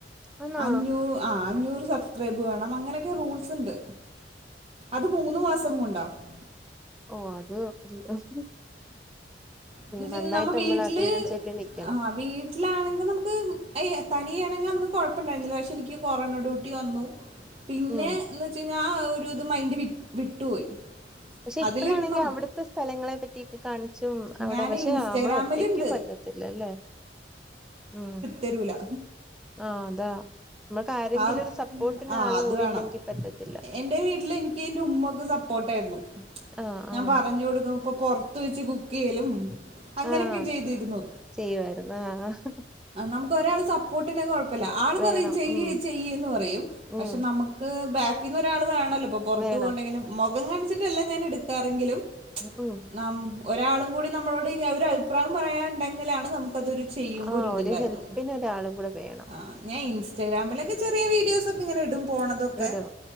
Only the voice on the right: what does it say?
അഞ്ഞൂ- ആ അഞ്ഞൂറ് സബ്സ്ക്രൈബ് വേണം അങ്ങനെയൊക്കെ റൂൾസ് ഉണ്ട് അത് മൂന് മാസ- പുസ്സങ്ങം കൊണ്ടോ <unintelligible>
എന്ന് വെച്ച
നമ്മ
വീട്ടില്
ആഹ് വീട്ടിലാണെങ്കിൽ നമുക്ക് അയി തനിയാണെങ്കിൽ ഒന്നും കൊഴപ്പമുണ്ടായിരുന്നില്ല പക്ഷെ എനിക്ക് കൊറോണ ഡ്യൂട്ടി വന്നു പിന്നെ
എന്ന് വച്ച് കഴിഞ്ഞാൽ ആ ഒരു ഇത് മൈൻഡ് വി വിട്ടുപോയി
അതിലിടണം
ഞാൻ
ഇൻസ്റ്റഗ്രാമിലുണ്ട്
തെരൂല
ആൾ
ആഹ്
അത്
വേണം
എൻ്റെ വീട്ടില് എനിക്ക് എൻ്റെ ഉമ്മയൊക്കെ സപ്പോർട്ടായിരുന്നു
ഞാൻ
പറഞ്ഞു കൊടുക്കും അപ്പൊ പൊറത്ത് വെച്ച് കുക്ക് ചെയ്യലും അങ്ങനൊക്കെ
ചെയ്തിരുന്നു
നമുക്ക് ഒരാള് സപ്പോർട്ട് ഇല്ലെങ്കി കൊഴപ്പമില്ല ആള്
പറയും ചെയ്യ്
ചെയ്യ്ന്ന് പറയും പക്ഷെ
നമുക്ക്- നമ്മക്ക് ബാക്കിന്ന് ഒരാൾ വേണല്ലോ ഇപ്പ പൊറത്ത്
പോകണ്ടെങ്കിലും മുഖം കാണിച്ചിട്ടല്ല ഞാൻ എടുക്കാറങ്കിലും-
നാം ഒരാളും കൂടി നമ്മളോട് ഈ ഒരു അഭിപ്രായം പറയാനുണ്ടെങ്കിലാണ് നമുക്ക്- അതൊരു ചെയ്യുമ്പോ
ഒരിത്
ഉണ്ടായിരുന്നു
ആഹ് ഞാൻ ഇസ്റ്റഗ്രാമിലൊക്ക ചെറിയ വീഡിയോസൊ ക്ക ഇങ്ങന ഇടും പോണതൊക്കെ